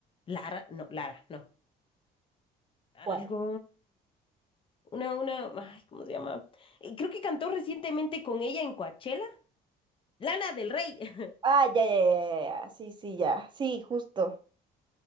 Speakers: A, on the left; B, on the right.
A: Lara, no, Lara, no.
B: ¿Cuál?
A: Algo, una, una, ay, ¿cómo se llama? Eh, Creo que cantó recientemente con ella en Coachella, Lana del Rey. <laughs>
B: Ah, ya, ya, ya, ya, ya. Sí, sí, ya. Sí, justo.